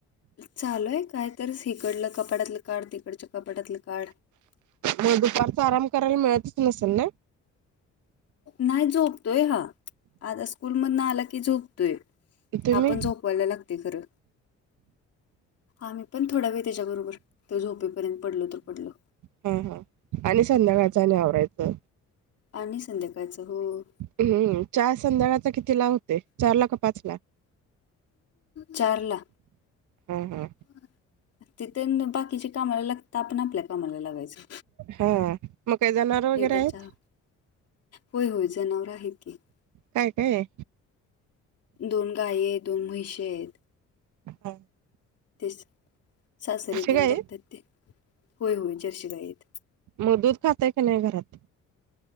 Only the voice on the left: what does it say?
चालू हाय काय तरच हिकडलं कपाटातलं काढ, तिकडच्या कपाटातलं काढ.
नाही झोपतोय हा आता स्कूल मधन आला की झोपतोय.
आपण झोप वायला लागतयं खरं. आ्ही पण थोडा वेळ त्याच्याबरोबर तो झोपेपर्यंत पडलो तर पडलो.
आणि संध्याकाळचं हो.
चारला.
<inaudible>
तिथेन बाकीची कामाला लागता आपण आपल्या कामाला लागायचं.
एकदा
चहा होय, होय जनावर आहेत की. <inaudible>
दोन गायी आहेत. दोन म्हशी आहेत.
तेच सासर तेन
बघतात
ते होय होय जर्शी गायेत.